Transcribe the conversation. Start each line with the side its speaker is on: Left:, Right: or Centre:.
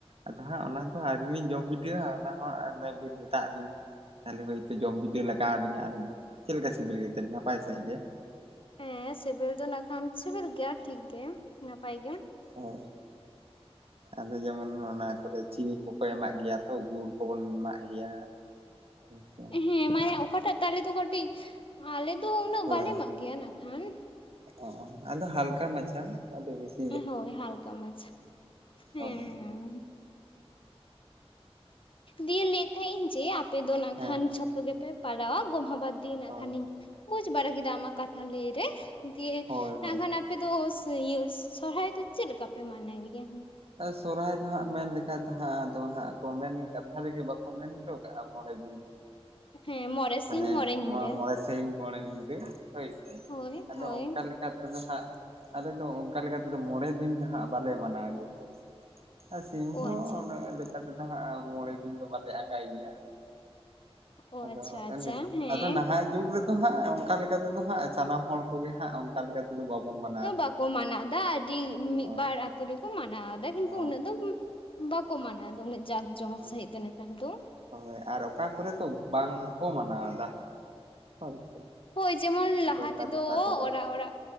Right: ᱟᱫᱚ ᱦᱟᱸᱜ ᱚᱱᱟ ᱫᱚ ᱟᱹᱨᱤ ᱞᱤᱧ ᱡᱚᱢ ᱵᱤᱰᱟᱹᱣᱟ ᱚᱱᱟ ᱦᱚᱸ ᱚᱱᱮ ᱵᱤᱱ ᱢᱮᱛᱟᱜ ᱞᱤᱧ ᱾ ᱛᱟᱦᱚᱞᱮ ᱦᱚᱭᱛᱳ ᱡᱚᱢ ᱵᱤᱰᱟᱹᱭ ᱞᱟᱜᱟᱣ ᱞᱤᱧᱟ ᱟᱹᱞᱤᱧ ᱦᱚᱸ ᱪᱮᱫ ᱞᱮᱠᱟ ᱥᱤᱵᱤᱞ ᱜᱮᱛᱮ ᱱᱟᱯᱟᱭ ᱥᱟᱹᱦᱤᱡ ᱜᱮ?
Left: ᱦᱮᱸ ᱥᱤᱵᱤᱞ ᱫᱚ ᱱᱟᱜ ᱠᱷᱟᱱ ᱥᱤᱵᱤᱞ ᱜᱮᱭᱟ ᱴᱷᱤᱠ ᱜᱮ ᱱᱟᱯᱟᱭ ᱜᱮ᱾
Right: ᱦᱳᱭ ᱟᱫᱚ ᱡᱮᱢᱚᱱ ᱚᱱᱟ ᱠᱚᱨᱮ ᱪᱤᱱᱤ ᱠᱚ ᱠᱚ ᱮᱢᱟᱜ ᱜᱮᱭᱟ ᱛᱚ ᱜᱩᱲ ᱠᱚᱵᱚᱱ ᱮᱢᱟᱜ ᱜᱮᱭᱟ ᱦᱮᱸ ᱥᱮ᱾
Left: ᱦᱮᱸ ᱢᱟᱭᱟ ᱚᱠᱟᱴᱟᱜ ᱛᱟᱞᱮ ᱫᱚ ᱠᱟᱴᱤᱡ ᱟᱞᱮ ᱫᱚ ᱩᱱᱟᱹᱜ
Right: ᱦᱳᱭ
Left: ᱵᱟᱞᱮ ᱮᱢᱟᱜ ᱜᱮᱭᱟ ᱱᱟᱜ ᱠᱷᱟᱱ᱾
Right: ᱚ ᱟᱫᱚ ᱦᱟᱞᱠᱟ ᱢᱟᱪᱷᱟ ᱟᱫᱚ ᱵᱤᱥᱤ
Left: ᱦᱳᱭ ᱦᱟᱞᱠᱟ ᱢᱟᱪᱷᱟ ᱦᱮᱸ
Right: ᱦᱳᱭ
Left: ᱦᱮᱸ ᱫᱤᱭᱮ ᱞᱟᱹᱭᱮᱫ ᱛᱟᱦᱮᱸᱱᱤᱧ ᱡᱮ ᱟᱯᱮ ᱫᱚ ᱱᱟᱜ
Right: ᱦᱮᱸ
Left: ᱠᱷᱟᱱ ᱡᱷᱚᱛᱚ ᱜᱮᱯᱮ ᱯᱟᱞᱟᱣᱟ ᱜᱚᱢᱦᱟ ᱵᱟᱫᱽ ᱫᱤᱭᱮ ᱱᱟᱜ
Right: ᱦᱳᱭ
Left: ᱠᱷᱟᱱᱤᱧ ᱵᱩᱡ ᱵᱟᱲᱟ ᱠᱮᱫᱟ ᱟᱢᱟᱜ ᱠᱟᱛᱷᱟ ᱞᱟᱹᱭ ᱨᱮ᱾ ᱫᱤᱭᱮ
Right: ᱦᱳᱭ
Left: ᱱᱟᱜ
Right: ᱦᱳᱭ
Left: ᱠᱷᱟᱱ ᱟᱯᱮ ᱫᱚ ᱤᱭᱟᱹ ᱥᱚᱨᱦᱟᱭ ᱫᱚ ᱪᱮᱫ ᱞᱮᱠᱟ ᱯᱮ ᱢᱟᱱᱟᱣ ᱜᱮᱭᱟ?
Right: ᱥᱚᱨᱚᱦᱟᱭ ᱫᱚ ᱦᱟᱸᱜ ᱢᱮᱱ ᱞᱮᱠᱷᱟ ᱫᱚ ᱦᱟᱸᱜ ᱟᱫᱚ ᱦᱟᱸᱜ ᱠᱚ ᱢᱮᱱ ᱠᱟᱛᱷᱟ ᱨᱮᱜᱮ ᱵᱟᱠᱚ ᱢᱮᱱ ᱦᱚᱴᱚ ᱠᱟᱜ-ᱟ ᱢᱚᱬᱮ ᱫᱤᱱ
Left: ᱦᱮᱸ ᱢᱚᱬᱮ
Right: ᱢᱟᱱᱮ
Left: ᱥᱤᱧ ᱢᱚᱬᱮ ᱧᱤᱫᱟᱹ
Right: ᱢᱚᱬᱮ ᱥᱤᱧ ᱢᱚᱬᱮ ᱧᱤᱫᱟᱹ ᱦᱳᱭ ᱥᱮ
Left: ᱦᱳᱭ
Right: ᱟᱫᱚ
Left: ᱦᱳᱭ
Right: ᱚᱱᱠᱟ ᱞᱮᱠᱟ ᱞᱮᱠᱟ ᱫᱚ ᱦᱟᱸᱜ ᱟᱞᱮ ᱫᱚ ᱚᱱᱠᱟ ᱞᱮᱠᱟ ᱛᱮᱫᱚ ᱢᱚᱬᱮ ᱫᱤᱱ ᱫᱚ ᱦᱟᱸᱜ ᱵᱟᱞᱮ ᱢᱟᱱᱟᱣ ᱜᱮᱭᱟ ᱦᱳᱭ ᱥᱮ ᱟᱨ ᱥᱤᱧ
Left: ᱚ
Right: ᱦᱚᱸ
Left: ᱟᱪᱪᱷᱟ
Right: ᱩᱱᱟᱹᱜ ᱞᱮᱠᱟ ᱛᱮᱫᱚ ᱦᱟᱸᱜ ᱢᱚᱬᱮ ᱫᱤᱱ ᱫᱚ ᱵᱟᱞᱮ ᱟᱸᱜᱟᱭ ᱜᱮᱭᱟ
Left: ᱚ
Right: ᱟᱫᱚ
Left: ᱟᱪᱪᱷᱟ
Right: ᱦᱮᱜᱮ
Left: ᱟᱪᱪᱷᱟ
Right: ᱱᱤᱛ
Left: ᱦᱮᱸ
Right: ᱟᱫᱚ ᱱᱟᱦᱟᱜ ᱡᱩᱜᱽ ᱨᱮᱫᱚ ᱦᱟᱸᱜ ᱚᱱᱠᱟ ᱞᱮᱠᱟ ᱛᱮᱫᱚ ᱦᱟᱸᱜ ᱥᱟᱱᱟᱢ ᱦᱚᱲ ᱠᱚᱜᱮ ᱦᱟᱸᱜ ᱚᱱᱠᱟ ᱞᱮᱠᱟ ᱛᱮᱫᱚ ᱵᱟᱵᱚᱱ ᱢᱟ
Left: ᱛᱚ ᱵᱟᱠᱚ ᱢᱟᱱᱟᱣᱫᱟ ᱟᱹᱰᱤ ᱢᱤᱫ
Right: ᱦᱳᱭ
Left: ᱵᱟᱨ ᱟᱛᱳ ᱨᱮᱠᱚ ᱢᱟᱱᱟᱣᱫᱟ ᱠᱤᱱᱛᱩ
Right: ᱦᱳᱭ
Left: ᱩᱱᱟᱹᱜ ᱫᱚ ᱵᱟᱠᱚ ᱢᱟᱱᱟᱣ ᱫᱚ ᱩᱱᱟᱹᱜ ᱡᱟᱸᱠ ᱡᱚᱢᱚᱠ
Right: ᱦᱳᱭ
Left: ᱥᱟᱺᱦᱤᱡ ᱫᱚ ᱱᱮᱛᱟᱨ ᱫᱚ
Right: ᱦᱳᱭ ᱟᱨ ᱠᱚᱨᱮ ᱛᱚ ᱵᱟᱝ ᱦᱚᱸᱠᱚ ᱢᱟᱱᱟᱣ ᱫᱟ, ᱦᱳᱭ ᱥᱮ᱾
Left: ᱦᱳᱭ ᱡᱮᱢᱚᱱ
Right: ᱟᱫᱚ
Left: ᱞᱟᱦᱟ
Right: ᱚᱠᱟ
Left: ᱛᱮᱫᱚ
Right: ᱚᱠᱟ ᱠᱚᱨᱮ
Left: ᱚᱨᱟᱜ ᱚᱲᱟᱜ